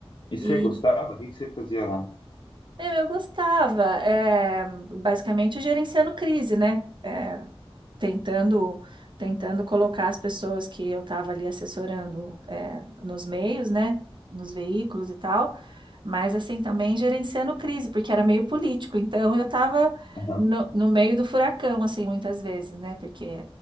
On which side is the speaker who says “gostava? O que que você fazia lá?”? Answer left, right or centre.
Left